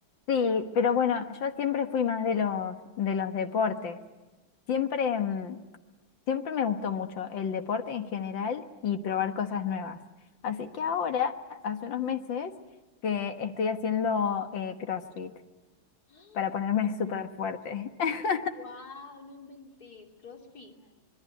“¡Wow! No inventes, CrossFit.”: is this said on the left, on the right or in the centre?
Left